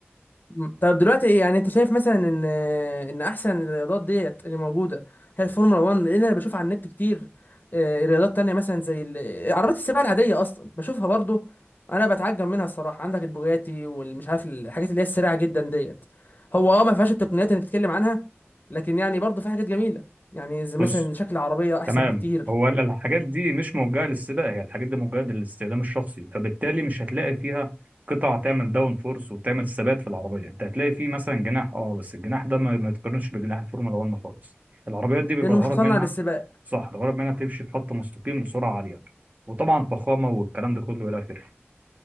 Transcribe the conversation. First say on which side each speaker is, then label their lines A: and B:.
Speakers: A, on the left (about 45°); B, on the right (about 35°).
A: مم. طب دلوقتي ايه يعني انت شايف مثلا ان ان احسن الرياضات ديت اللي موجوده هي الفورمولا 1 لان انا بشوف على النت كتير آه، رياضات تانية مثلا زي ال- عربيات السباق العاديه اصلا بشوفها برضو انا بتعجب منها الصراحه عندك البوجاتي والمش عارف الحاجات اللي هي السريعه جدا ديت هو اه ما فيهاش التقنيات اللي بتتكلم عنها لكن يعني برضو في حاجات جميله يعني زي مثلا
B: بص
A: شكل العربيه احسن
B: تمام
A: بكتير
B: هو ال- الحاجات دي مش موجهة للسباق هي الحاجات دي موجهة للاستخدام الشخصي فبالتالي مش هتلاقي فيها قطع تعمل داون فورس وتعمل ثبات في العربية انت هتلاقي فيه مثلا جناح اه بس الجناح ده ما ما يتقارنش بجناح الفورمولا 1 خالص العربيات دي بيبقى
A: لانه
B: الغرض
A: مش مصنع
B: منها
A: للسباق
B: صح الغرض منها تمشي في خط مستقيم بسرعة عالية وطبعا فخامة والكلام ده كله إلى آخره